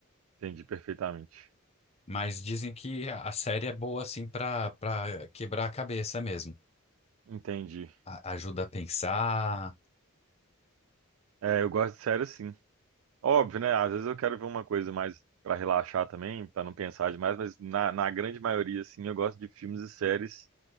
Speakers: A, on the right; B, on the left.
A: Entendi perfeitamente.
B: Mas dizem que a a série é boa assim para para quebrar a cabeça mesmo.
A: Entendi.
B: A- ajuda a pensar.
A: É, eu gosto de série sim. Óbvio, né? Às vezes eu quero ver uma coisa mais pra relaxar também, pra não pensar demais, mas na, na grande maioria, assim, eu gosto de filmes e séries